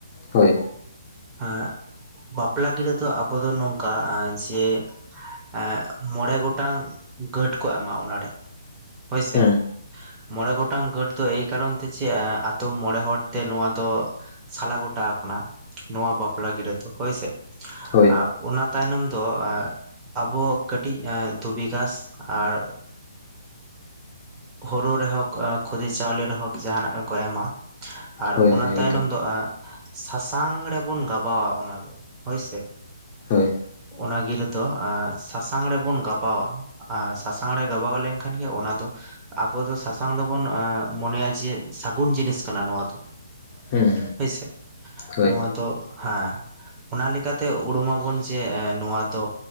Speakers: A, on the left; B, on the right.
A: ᱦᱳᱭ
B: ᱟᱜ ᱵᱟᱯᱞᱟ ᱜᱤᱟᱹ ᱫᱚ ᱟᱵᱚ ᱫᱚ ᱱᱚᱝᱠᱟ ᱡᱮ ᱮ ᱢᱚᱬᱮᱸ ᱜᱚᱴᱟᱝ ᱜᱟᱹᱴ ᱠᱚ ᱮᱢᱟ ᱚᱱᱟᱨᱮ ᱦᱳᱭᱥᱮ
A: ᱦᱮᱸ
B: ᱢᱚᱬᱮᱸ ᱜᱚᱴᱟᱝ ᱜᱟᱹᱴ ᱫᱚ ᱮᱭ ᱠᱟᱨᱚᱱ ᱛᱮ ᱪᱮ ᱟᱛᱳ ᱢᱚᱬᱮᱸ ᱦᱚᱲ ᱛᱮ ᱱᱚᱣᱟ ᱫᱚ ᱥᱟᱞᱟ ᱜᱚᱴᱟ ᱱᱚᱣᱟ ᱵᱟᱯᱞᱟ ᱜᱤᱨᱟᱹ ᱫᱚ ᱦᱳᱭᱥᱮ
A: ᱦᱳᱭ
B: ᱟᱻ ᱚᱱᱟ ᱛᱟᱭᱱᱚᱢ ᱫᱚ ᱟᱵᱚ ᱠᱟᱹᱴᱤᱡ ᱫᱷᱩᱵᱤ ᱜᱷᱟᱸᱥ ᱟᱨ ᱦᱳᱲᱩ ᱨᱮᱦᱳᱠᱚ ᱠᱷᱩᱫᱤ ᱪᱟᱣᱞᱮ ᱨᱮᱦᱳᱠᱚ ᱡᱟᱦᱟᱱᱟᱜ ᱨᱮᱠᱚ ᱮᱢᱟ ᱟᱨ
A: ᱦᱳᱭ
B: ᱚᱱᱟ
A: ᱦᱳᱭ ᱮᱠᱫᱚᱢ
B: ᱛᱟᱭᱱᱚᱢ ᱫᱚ ᱟᱸᱦ ᱥᱟᱥᱟᱝ ᱨᱮᱵᱚᱱ ᱜᱟᱵᱟᱣᱟ ᱚᱱᱟ ᱫᱚ ᱦᱳᱭᱥᱮ
A: ᱦᱳᱭ
B: ᱚᱱᱟ ᱜᱤᱨᱟᱹ ᱫᱚ ᱥᱟᱥᱟᱝ ᱨᱮᱵᱚᱱ ᱜᱟᱵᱣᱟ ᱟᱨ ᱥᱟᱥᱟᱝ ᱨᱮ ᱜᱟᱵᱟᱣ ᱞᱮᱱᱠᱷᱟᱱ ᱜᱮ ᱚᱱᱟ ᱫᱚ ᱟᱵᱩ ᱫᱚ ᱥᱟᱥᱟᱝ ᱫᱚᱵᱩᱱ ᱢᱚᱱᱮᱭᱟ ᱡᱮ ᱥᱟᱹᱜᱩᱱ ᱡᱤᱱᱤᱥ ᱠᱟᱱᱟ ᱱᱚᱣᱟ ᱫᱚ
A: ᱦᱩᱸ
B: ᱦᱳᱭᱥᱮ
A: ᱦᱳᱭ
B: ᱱᱚᱣᱟ ᱫᱚ ᱦᱮᱸ ᱚᱱᱟ ᱞᱮᱠᱟᱛᱮ ᱩᱨᱩᱢᱟᱵᱚᱱ ᱡᱮ ᱱᱚᱣᱟ ᱫᱚ